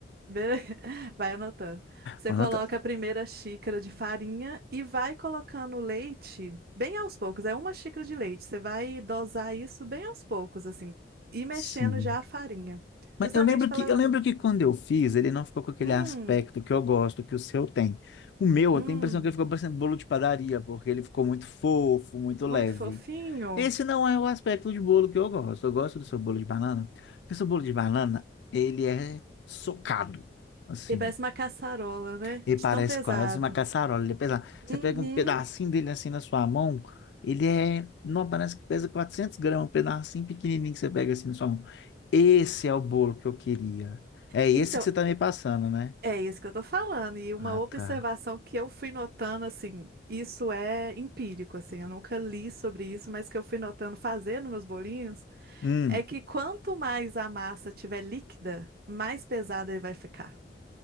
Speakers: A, on the right; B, on the left.
A: bele- <laughs> vai anotando. Você
B: vou
A: coloca
B: anotando.
A: a primeira xícara de farinha e vai colocando o leite bem aos poucos. É uma xícara de leite. Você vai dosar isso bem aos poucos, assim, e mexendo
B: Sim.
A: já a farinha.
B: Mas
A: Justamente
B: eu lembro
A: para
B: que, eu lembro
A: ela.
B: que quando eu fiz, ele não ficou com aquele
A: Hum,
B: aspecto que eu gosto, que o seu tem. O meu,
A: hum.
B: eu tenho a impressão que ele ficou parecendo bolo de padaria, porque ele ficou muito fofo, muito
A: Muito
B: leve.
A: fofinho.
B: Esse não é o aspecto de bolo que eu gosto. Eu gosto do seu bolo de banana, porque o seu bolo de banana, ele é socado. assim
A: E parece uma caçarola, né?
B: ele
A: De
B: parece
A: tão pesado.
B: quase uma caçarola, ele pesa. Você
A: Uhum.
B: pega um pedacinho dele assim na sua mão, ele é, não, parece que pesa 400 gramas, um pedacinho pequenininho que você pega assim na sua mão. Esse é o bolo que eu queria. É esse
A: Então,
B: que você tá me passando, né?
A: é isso que eu tô falando. E uma
B: Ah,
A: observação
B: tá.
A: que eu fui notando, assim, isso é empírico, assim, eu nunca li sobre isso, mas que eu fui notando fazendo meus bolinhos,
B: Hum,
A: é que quanto mais a massa tiver líquida, mais pesada ele vai ficar.